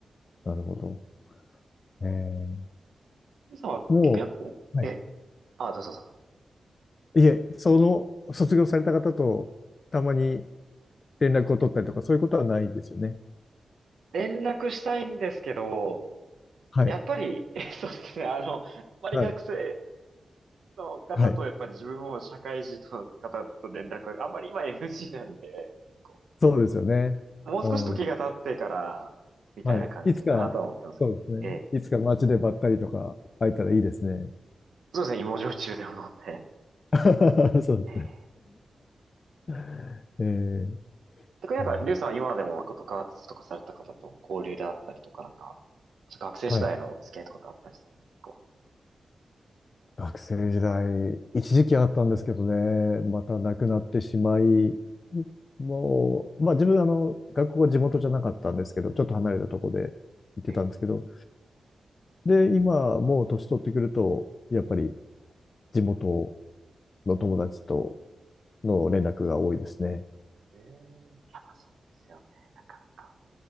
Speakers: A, on the left; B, on the right.
A: なるほど。ええ、
B: ゆうさんは逆にこう、
A: もう、はい。
B: ええ。あ、どうぞどうぞ。
A: いえ、その、卒業された方とたまに連絡を取ったりとか、そういうことはないですよね。
B: 連絡したいんですけど、
A: はい。
B: やっぱり、<laughs> えそうですね。あの、あまり学生
A: はい。
B: の方とやっぱり自分も社会人の方と連絡があんまり今
A: はい。
B: NG なんで、結構
A: そうですよね。
B: もう少し時が経ってから、
A: うん。
B: みたいな感じかなとは思ってますけど。
A: はい。いつか、そうですね。
B: ええ。
A: いつか街でばったりとか会えたらいいですね。
B: そうですね、芋焼酎でも飲んで。
A: <laughs> そうですね。
B: ええ。
A: <laughs> えー、
B: 特になんか、
A: いや、
B: リュウさんは今でもなんか部活とかされた方と交流であったりとか、なんか、学生時代の付き合いとかってあったりされますか
A: はい。学生時代、一時期あったんですけどね、またなくなってしまい、もう、まあ自分、あの、学校は地元じゃなかったんですけど、ちょっと離れたとこで行ってたんですけど、
B: ええ。
A: で、今、もう年取ってくると、やっぱり地元の友達との連絡が多いですね。
B: ええいやばそうですよね、なかなか。